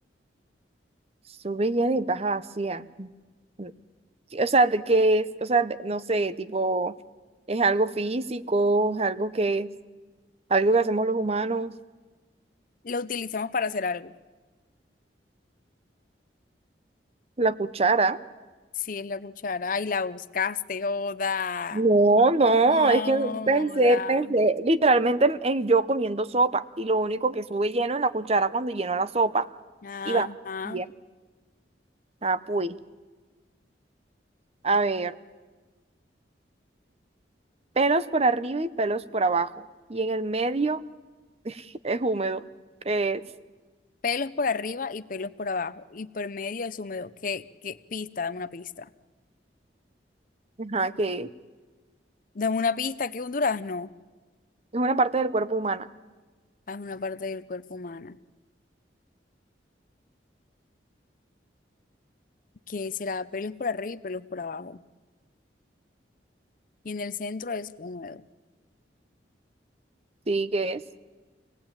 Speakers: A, on the right (about 35°); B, on the left (about 50°).
A: sube villana y baja vacía. Mm, O sea, de que es, o sea, de- no sé, tipo, es algo físico, es algo que es, algo que hacemos los humanos,
B: lo utilizamos para hacer algo.
A: la cuchara.
B: Sí, es la cuchara. Ay, la buscaste, Oda.
A: No, no,
B: No,
A: es que pensé,
B: Oda.
A: pensé literalmente en, en yo comiendo sopa y lo único que sube lleno es la cuchara cuando lleno la sopa
B: Ajá.
A: y va bien. Ah, pues, a ver, pelos por arriba y pelos por abajo y en el medio es húmedo, que es,
B: Pelos por arriba y pelos por abajo. Y por medio es húmedo. ¿Qué, qué pista? Dame una pista.
A: ajá, que es
B: Dame una pista, que es un durazno.
A: una parte del cuerpo humana.
B: Es una parte del cuerpo humana. Que será pelos por arriba y pelos por abajo. Y en el centro es húmedo.
A: Sí, que es.